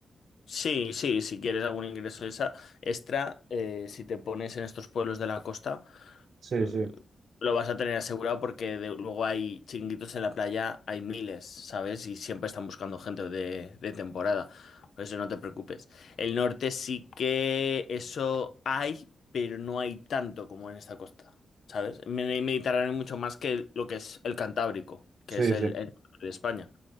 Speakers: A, on the left; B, on the right.
A: Sí, sí, si quieres algún ingreso esa- extra, eh, si te pones en estos pueblos de la costa,
B: Sí,
A: mm,
B: sí,
A: lo vas a tener asegurado porque de- luego hay chinguitos en la playa, hay miles, ¿sabes? Y siempre están buscando gente de, de temporada, por eso no te preocupes. El norte sí que eso hay, pero no hay tanto como en esta costa, ¿sabes? En el Mediterráneo hay mucho más que lo que es el Cantábrico,
B: sí,
A: que es el,
B: sí.
A: el norte de España.